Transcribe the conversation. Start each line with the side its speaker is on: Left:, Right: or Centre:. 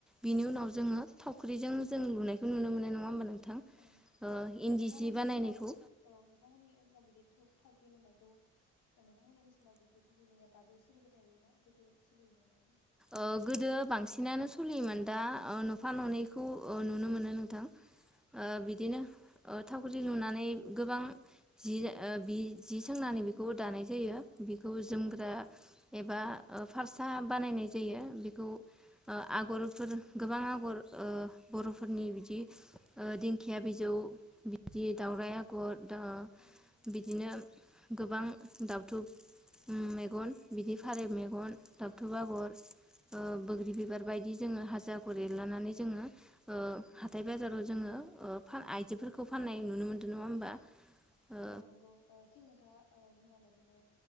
Centre: बिनि उनाव
Left: औ
Centre: जोङो थावख्रिजों जों लुनाय नुनो मोनो नङा होमबा नोंथां
Left: औ
Centre: ओ इन्दि
Left: नोंथांमोननि
Centre: सि बानायनायखौ
Left: ओनसोलाव बि औ नोंथांमोननि ओनसोलाव बिदि धुप थावख्रि लुनायखौ नोंथांमोननि ओनसोलाव बिदि थावख्रि लुनाया दाबो सोलिबाय थायोना गोदो सोलियोमोन नोंथां
Centre: ओ गोदो बांसिनानो सोलियोमोन दा ओ नफा
Left: औ
Centre: ननैखौ ओ नुनो मोनो नोंथां ओ
Left: औ
Centre: बिदिनो ओ थावख्रि लुनानै गोबां जि ओ बि जि सोंनानै बिखौ दानाय जायो बिखौ जोमग्रा
Left: औ
Centre: एबा ओ फारसा बानायनाय जायो बिखौ ओ आगरफोर गोबां आ आगर ओ बरफोरनि बिदि ओ दिंखिया बिजौ बिदि दाउराइ आगर दा
Left: औ
Centre: बिदिनो गोबां दावथुब मेगन बिदि फारौ मेगन दावथुब आगर ओ बोग्रि बिबार बायदि जोङो हाजो आगर एरलानानै जोङो ओ
Left: औ
Centre: हाथाय बाजाराव जोङो ओ फा आइजोफोरखौ फाननाय नुनो मोनदों नङा होमबा ओ
Left: औ नंगौ ओ थिग नोंथाङा ओ बुंनाय बायदिनो